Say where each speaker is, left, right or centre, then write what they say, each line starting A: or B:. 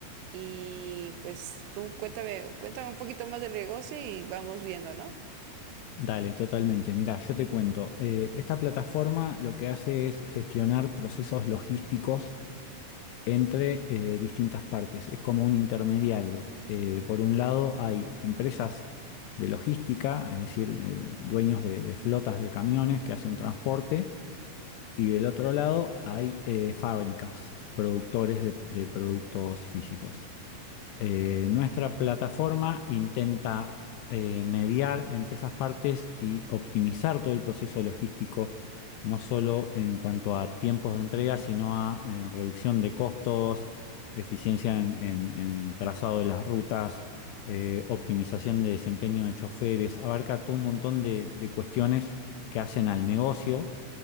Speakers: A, on the right; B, on the left.
A: Y pues tú cuéntame, cuéntame un poquito más del negocio y vamos viendo, ¿no?
B: Dale, totalmente. Mira, yo te cuento. Eh, esta plataforma lo que hace es gestionar procesos logísticos entre eh, distintas partes. Es como un intermediario. Eh, por un lado hay empresas de logística, es decir, eh, dueños de, de flotas de camiones que hacen transporte, y del otro lado hay eh, fábricas, productores de de productos físicos. Eh, nuestra plataforma intenta eh, mediar entre esas partes y optimizar todo el proceso logístico, no solo en cuanto a tiempos de entrega, sino a eh, reducción de costos, eficiencia en, en- en el trazado de las rutas, eh, optimización de desempeño de choferes, abarca todo un montón de de cuestiones que hacen al negocio.